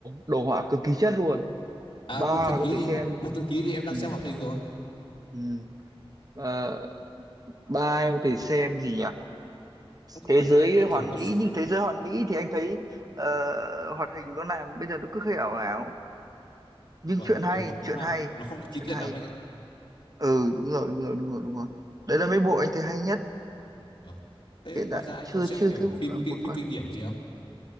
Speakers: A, on the right; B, on the left.
A: đồ họa cực kỳ chất luôn
B: À,
A: ba
B: Mục Thần
A: là
B: Ký
A: có thể
B: thì
A: xem
B: Mục, Mục Thần Ký thì em đang
A: ừ,
B: xem hoạt hình rồi.
A: ừ, ờ, ba em có thể
B: Ờ, thế,
A: xem gì nhỉ
B: ờ, thế
A: Thế
B: ngoài
A: giới
B: ra anh anh
A: hoàn
B: kiểu có
A: mỹ
B: s-
A: nhưng thế giới hoàn mỹ thì anh thấy ờ, hoạt hình nó làm bây giờ nó cứ hơi ảo ảo nhưng
B: vâng,
A: chuyện hay
B: nhiều lúc nó
A: chuyện
B: làm
A: hay
B: nó không được chi
A: chuyện
B: tiết
A: hay
B: lắm anh ạ.
A: ừ đúng rồi đúng rồi đúng rồi đúng rồi đấy là mấy bộ anh thấy hay nhất
B: Vâng. Thế
A: hiện
B: ngoài
A: tại
B: ra anh
A: chưa
B: có xem
A: chưa
B: kiểu
A: thấy bộ
B: phim
A: nào
B: ki-
A: vượt
B: phim
A: qua
B: kinh điển gì không?